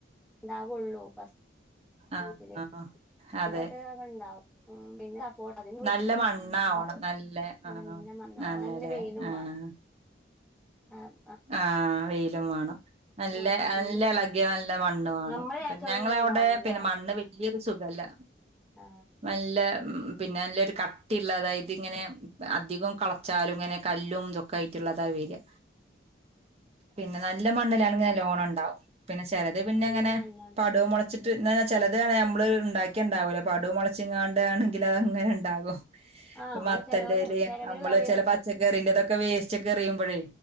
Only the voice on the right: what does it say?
ആഹ്
ആഹ് അതെ
നല്ല മണ്ണാവണം
നല്ല ആഹ്
ആന്നല്ലേ
ആഹ്
ആഹ് വെയിലും വാണം. നല്ല
നല്ലള
കിയ നല്ല മണ്ണ് വാണം.
ഞങ്ങളവിടെ
പിന്നെ മണ്ണ് വല്ല്യൊരു സുഖല്ല
നല്ല പിന്നെ നല്ലരു കട്ടിയുള്ള അതായത് ഇങ്ങനെ അധികം കളച്ചാലും ഇങ്ങനെ കല്ലും ഇതൊക്കെ ക്കായിട്ട്ള്ളതാ വരാ പിന്നെ നല്ല മണ്ണിലാണെങ്കി നല്ലോണം ണ്ടാവും. പിന്നെ ചെലത് പിന്നെ
അങ്ങനെ
പടോം മൊളച്ച് ട്ട് ചെലതാണേ നമ്മള് ഇണ്ടാക്ക്യാണ്ടാവുല്ല. പടും മൊളച്ചുംങ്ങ ണ്ടാണെങ്കില് അതങ്ങനെ ഇണ്ടാകും.
പ്പ
മത്തൻ്റെലിം
അമ്മള്
ചെല പ ച്ചക്കറിന്റെതൊക്കെ വേസ്റ്റെക്കെറിയുമ്പഴേ